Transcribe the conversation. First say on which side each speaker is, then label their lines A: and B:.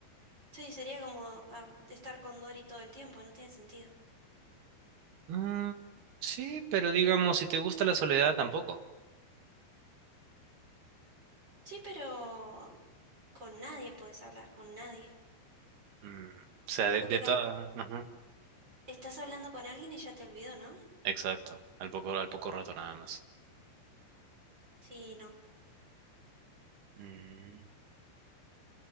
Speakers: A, on the right; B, on the right.
A: Sí, sería como ah, estar con Dory todo el tiempo, no tiene sentido.
B: Mm, sí, pero digamos, si te gusta la soledad, tampoco.
A: Sí, pero con nadie puedes hablar, con nadie.
B: Mm, o sea, de,
A: Porque
B: de
A: ca-
B: toda- ajá,
A: estás hablando con alguien y ya te olvidó, ¿no?
B: Exacto, al poco, al poco rato nada más.
A: Sí, no.
B: Mm,